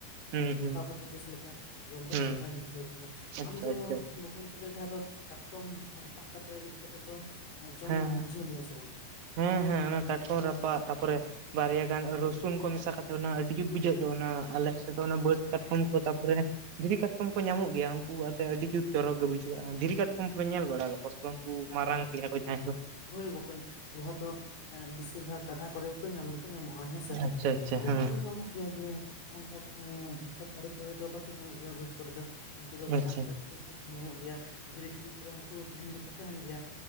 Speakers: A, on the right (about 50°); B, on the left (about 70°).
A: ᱦᱩᱸ
B: ᱢᱟᱠᱷᱟᱣ
A: ᱦᱩᱸ
B: ᱠᱟᱛᱮᱜ ᱵᱮᱥ ᱞᱮᱠᱟ ᱡᱚᱢ ᱨᱮ
A: ᱦᱩᱸ
B: ᱪᱮᱦᱮᱨᱟᱧ ᱵᱩᱡ ᱛᱟᱦᱮᱸᱱᱟ ᱟᱢ
A: ᱟᱪᱪᱷᱟ
B: ᱫᱚ
A: ᱟᱪᱪᱷᱟ
B: ᱵᱚᱠᱚᱧ ᱛᱚᱵᱮ ᱡᱟᱦᱟᱸ ᱫᱚ ᱠᱟᱴᱠᱚᱢ ᱨᱟᱯᱟᱜ ᱠᱟᱛᱮ ᱨᱤᱜ ᱠᱟᱛᱮᱫ ᱫᱚ ᱡᱚᱢ
A: ᱦᱮᱸ
B: ᱵᱩᱡᱷᱟᱹᱣ ᱢᱮᱭᱟ ᱥᱮ ᱵᱟᱝ
A: ᱦᱮᱸ ᱦᱮᱸ ᱚᱱᱟ ᱠᱟᱴᱠᱚᱢ ᱨᱟᱯᱟᱜ ᱛᱟ ᱯᱚᱨᱮ ᱵᱟᱨᱮᱭᱟ ᱜᱟᱱ ᱨᱚᱥᱩᱱ ᱠᱚ ᱢᱮᱥᱟ ᱠᱟᱛᱮ ᱚᱱᱟ, ᱟᱹᱰᱤ ᱡᱩᱛ ᱵᱩᱡᱷᱟᱹᱜ ᱫᱚ ᱚᱱᱟ ᱟᱞᱮ ᱥᱮᱫ ᱫᱚ ᱚᱱᱟ ᱵᱟᱹᱫ ᱠᱟᱴᱠᱚᱢ ᱠᱚ, ᱛᱟᱯᱚᱨᱮ ᱫᱷᱤᱨᱤ ᱠᱟᱴᱠᱚᱢ ᱠᱚ ᱧᱟᱢᱚᱜ ᱜᱮᱭᱟ ᱩᱱᱠᱩ ᱟᱛᱮ ᱟᱹᱰᱤ ᱡᱩᱛ ᱪᱚᱨᱚᱠ ᱜᱮ ᱵᱩᱡᱷᱟᱹᱜᱼᱟ ᱟᱨ ᱫᱷᱤᱨᱤ ᱠᱟᱴᱠᱚᱢ ᱯᱮ ᱧᱮᱞ ᱵᱟᱲᱟ ᱠᱟᱜ ᱠᱚᱣᱟ ᱥᱮ ᱩᱱᱠᱩ ᱢᱟᱨᱟᱝ ᱜᱮᱭᱟ ᱠᱚ ᱡᱟᱦᱟᱸᱭ ᱫᱚ
B: ᱦᱩᱭ ᱵᱚᱠᱚᱧ ᱡᱟᱦᱟᱸ ᱫᱚ ᱵᱮᱥᱤᱨ ᱵᱷᱟᱜᱽ ᱜᱟᱰᱟ ᱠᱚᱨᱮ ᱜᱮᱠᱚ ᱧᱟᱢ ᱧᱟᱢᱚᱜᱼᱟ ᱦᱮᱸ ᱥᱮ
A: ᱟᱪᱪᱷᱟ
B: ᱟᱨ
A: ᱟᱪᱪᱷᱟ
B: ᱯᱩᱠᱷᱨᱤ
A: ᱦᱮᱸ
B: ᱠᱚᱦᱚᱸ ᱧᱟᱢᱚᱜ ᱜᱮᱭᱟ ᱡᱮ ᱚᱱᱠᱟ ᱠᱷᱮᱛ ᱟᱲᱮ ᱠᱚᱨᱮ ᱫᱚ ᱵᱟᱠᱚ ᱧᱟᱢᱚᱜ ᱜᱮᱭᱟ ᱵᱟᱹᱫᱽ ᱠᱚᱨᱮ ᱫᱚ ᱩᱱᱠᱩ ᱫᱚ ᱜᱟᱰᱟ
A: ᱟᱪᱪᱷᱟ
B: ᱠᱚᱨᱮ ᱫᱚ ᱛᱮ ᱧᱟᱢᱚᱜ ᱜᱮᱭᱟ ᱫᱷᱤᱨᱤ ᱪᱤᱨᱪᱤᱡ ᱠᱚᱨᱮ ᱦᱚᱸᱠᱩ ᱛᱟᱸᱦᱮᱱ ᱫᱚᱠᱚ ᱛᱟᱸᱦᱮᱱ ᱜᱮᱭᱟ